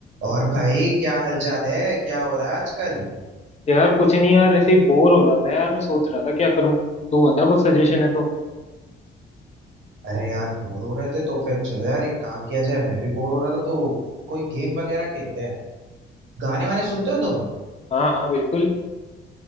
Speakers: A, on the right; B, on the left.
A: और भाई क्या हालचाल है क्या हो रहा है आजकल
B: यार कुछ नहीं यार ऐसे ही बोर हो रहा था यार मैं सोच रहा था क्या करूं तू बता कुछ सजेशन है तो
A: अरे यार बोर हो रहे थे तो फिर चलो यार एक काम किया जाए मैं भी बोर हो रहा था तो कोई गेम वगैरह खेलते हैं गाने वाने सुनते हो तुम
B: हाँ हाँ बिल्कुल